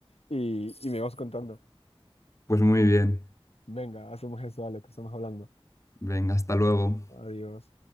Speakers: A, on the left; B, on the left.
A: y, y me vas contando.
B: Pues muy bien.
A: Venga, hacemos eso, Alex, que estamos hablando.
B: Venga, hasta luego.
A: Adiós.